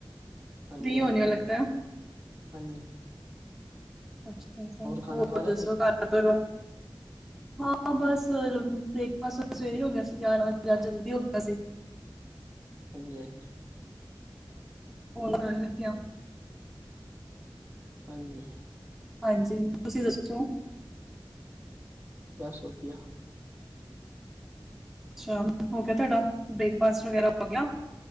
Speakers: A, in the centre; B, on the right.
A: ਫ੍ਰੀ
B: ਹਾਂਜੀ ਹਾਂਜੀ,
A: ਹੋਣੇ ਹੋ ਲੱਗਦਾ
B: ਹਾਂਜੀ।
A: ਅੱਛਾ ਅੱਛਾ,
B: ਖਾਣਾ
A: ਹੋਰ
B: ਖਾ ਲਿਆ
A: ਦੱਸੋ
B: ਜੀ
A: ਕਰ ਹਾਂ ਬਸ, ਬ੍ਰੇਕਫਾਸਟ ਸਵੇਰੇ ਹੋ ਗਿਆ ਸੀ ਗਿਆਰਾਂ ਵਜੇ ਅੱਜ ਜਲਦੀ ਹੋ ਗਿਆ ਸੀ
B: ਹਾਂਜੀ ਹਾਂਜੀ।
A: ਫੋਨ ਕਰਨ ਲੱਗਿਆ
B: ਹਾਂਜੀ।
A: ਹਾਂਜੀ, ਤੁਸੀਂ ਦੱਸੋ?
B: ਬਸ ਵਧੀਆ।
A: ਅੱਛਾ ਹੋ ਗਿਆ ਤੁਹਾਡਾ, ਬ੍ਰੇਕਫਾਸਟ ਵਗੈਰਾ ਹੋ ਗਿਆ?